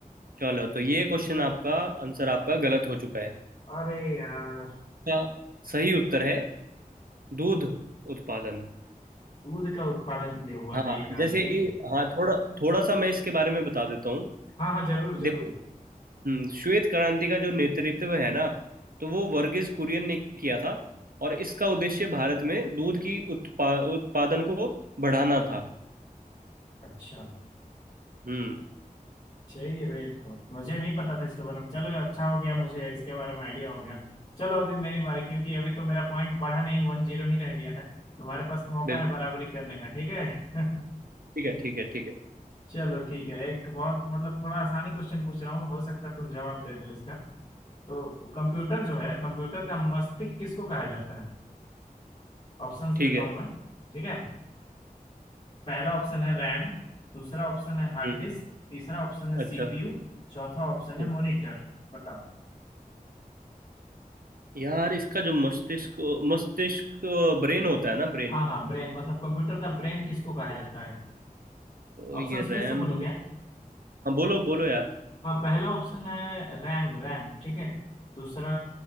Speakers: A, on the right; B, on the left.
A: चलो तो ये क्वेश्चन आपका आंसर आपका गलत हो चुका है
B: अरे यार
A: इसका सही उत्तर है दूध उत्पादन
B: दूध का उत्पादन के लिए हुआ
A: हाँ
B: था ये क्रांति
A: जैसे ये- हाँ थोड़ा थोड़ा सा मैं इसके बारे में बता देता हूँ
B: हाँ हाँ जरूर जरूर
A: देखो हम्म, श्वेत क्रांति का जो नेतृत्व है ना तो वो वर्गीज कुरियन ने किया था और इसका उद्देश्य भारत में दूध की उत्पा, उत्पादन को बढ़ाना था
B: अच्छा
A: हम्म
B: चाहिए वेट तो मुझे नहीं पता था इसके बारे में चलो अच्छा हो गया मुझे इसके बारे में आइडिया हो गया चलो अभी मेरी बारी क्योंकि अभी तो मेरा पॉइंट बढ़ा नहीं वन जीरो ही रह गया है तुम्हारे पास मौका
A: बिल्कुल
B: है बराबरी करने का ठीक है <laughs>
A: ठीक है ठीक है ठीक है
B: चलो ठीक है एक बहुत मतलब थोड़ा आसानी क्वेश्चन पूछ रहा हूँ हो सकता है तुम जवाब दे दो इसका तो कंप्यूटर जो है कंप्यूटर का मस्तिष्क किसको कहा जाता है ऑप्शंस
A: ठीक
B: देता
A: है
B: हूँ मैं ठीक है पहला ऑप्शन है रैम दूसरा ऑप्शन है हार्ड
A: हम्म
B: डिस्क तीसरा ऑप्शन है
A: अच्छा
B: सीपीयू चौथा ऑप्शन है
A: हम्म।
B: मॉनिटर बताओ।
A: यार इसका जो मस्तिष्क मस्तिष्क ब्रेन होता है ना ब्रेन
B: हाँ हाँ ब्रेन मतलब कंप्यूटर का ब्रेन किसको कहा जाता है
A: तो
B: ऑप्शंस
A: ये रैम
B: फिर से बोलो क्या
A: हाँ बोलो बोलो यार
B: हाँ पहला ऑप्शन है रैम रैम ठीक है दूसरा